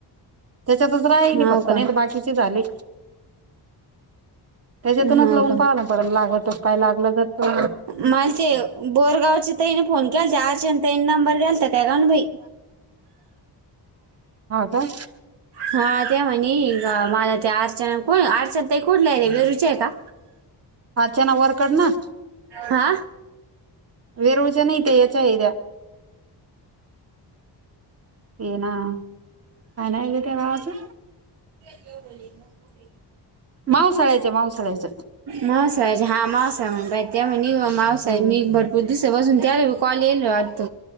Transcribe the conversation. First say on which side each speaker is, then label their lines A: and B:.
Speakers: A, on the right; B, on the right.
A: त्याच्यातच राहिली फक्त
B: हो का
A: नाही तर बाकीचे झाले. त्याच्यातूनच
B: हो
A: लावून
B: का
A: पाहाना परत लागतर काय लागला तर तो
B: मला ते बोरगावचे तईनं फोन केला ते आर्जंट त्यानं नंबर देलता तर काय काण बाई
A: हा.. का?
B: हा त्या म्हणे मला ते अर्चना कोण अर्चना ताई कुठल्या आहे रे वेरुच्या का?
A: अर्चना वरकड ना?
B: हा.
A: वेरूळच्या नाहीत ह्याच्या आहे त्या ते ना काय नाव हेग त्या गावाचं?
B: बोल ना <unintelligible>
A: माऊसाळ्याचे मावसाळ्याच.
B: मावसाळ्याचे हा मावसाळा त्याम्हणी मावसाळ
A: हम्म
B: मी भर. खूप दिवसा पासून त्याला बी कॉल येले वाटत.